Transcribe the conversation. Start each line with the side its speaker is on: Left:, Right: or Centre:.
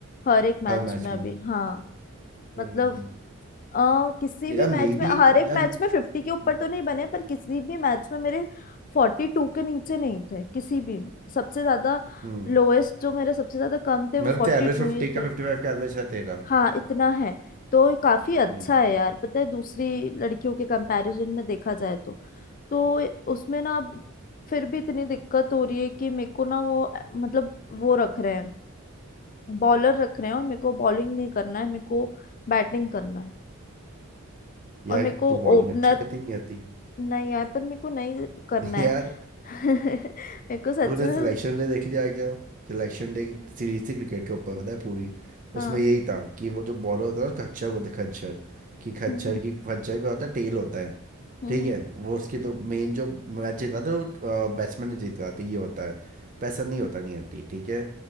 Left: हर एक मैच
Right: हर मैच
Left: में अभी
Right: में
Left: हाँ
Right: हम्म
Left: मतलब
Right: हम्म हम्म।
Left: अ, किसी भी
Right: या
Left: मैच
Right: मे
Left: में
Right: बी
Left: हर एक
Right: या
Left: मैच में फिफ्टी
Right: हम्म
Left: के ऊपर तो नहीं बने पर किसी भी मैच में मेरे फोर्टी टू के नीचे नहीं थे किसी भी में सबसे ज्यादा
Right: हम्म,
Left: लोएस्ट जो मेरे सबसे ज्यादा कम थे
Right: मतलब
Left: वो फोर्टी
Right: तेरा एवरेज
Left: टू
Right: फिफ्टी
Left: ही थे
Right: का फिफ्टी फाइव का एवरेज है तेरा
Left: हाँ इतना है तो ये काफी अच्छा
Right: हम्म
Left: है यार पता है दूसरी लड़कियों के कंपैरिजन में देखा जाए तो तो उसमें ना अब फिर भी इतनी दिक्कत हो रही है कि मेरे को ना वो अ, मतलब वो रख रहे हैं बॉलर रख रहे हैं और मेरे को बॉलिंग नहीं करना है मेरे को बैटिंग करना है
Right: यार
Left: और मेरे को
Right: तू बॉलिंग
Left: ओपनर
Right: अच्छी करती नहीं आती
Left: नहीं आए पर मेरे को नहीं करना
Right: <laughs>
Left: है
Right: यार
Left: <laughs> मेरे को सच
Right: तूने
Left: में
Right: सिलेक्शन डे देख लिया क्या सिलेक्शन डे की सीरीज थी क्रिकेट के ऊपर पता है पूरी
Left: हाँ
Right: उसमें यही था कि वो जो बॉलर होता है ना खच्चर बोलते हैं, खच्चर कि खच्चर
Left: हम्म हम्म
Right: की खच्चर का होता है टेल होता है
Left: हम्म
Right: ठीक
Left: हम्म
Right: है वो उसकी तो मेन जो मैच जीत रहा था वो बैट्समैन ने जीत रहा था ये होता है पैसा नहीं होता नहीं आती ठीक है